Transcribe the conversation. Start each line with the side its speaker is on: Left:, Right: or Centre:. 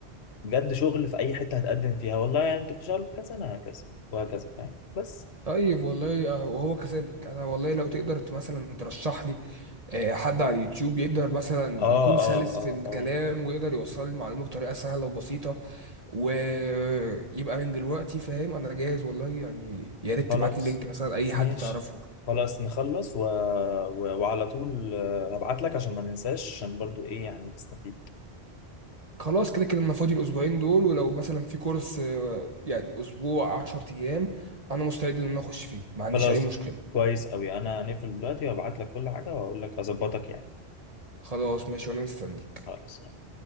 Left: بجد شغل في اي حته هتقدم فيها والله يعني انتوا بتشتغلوا كذا انا هكذا وهكذا فاهم بس
Right: طيب والله آه، وهو كذلك انا والله لو تقدر ت- مثلا ترشح لي آه، حد على اليوتيوب يقدر مثلا
Left: اه
Right: يكون سلس
Left: اه اه
Right: في الكلام
Left: آه.
Right: ويقدر يوصل المعلومة بطريقة سهلة وبسيطة ويبقى من دلوقتي فاهم انا جاهز والله يعني يا ريت
Left: خلاص
Right: تبعت لي لينك مثلا اي
Left: ماشي
Right: حد تعرفه
Left: خلاص نخلص و... و... وعلى طول آه، هبعت لك عشان ما ننساش عشان برضو ايه يعني نستفيد
Right: خلاص كده كده انا فاضي الاسبوعين دول ولو مثلا في كورس آه، يعني اسبوع عشر ايام انا مستعد ان انا اخش فيه ما عنديش
Left: خلاص
Right: اي مشكلة
Left: كويس قوي انا هنقفل دلوقتي وابعت لك كل حاجة واقول لك اظبطك يعني
Right: خلاص ماشي وانا مستنيك
Left: خلاص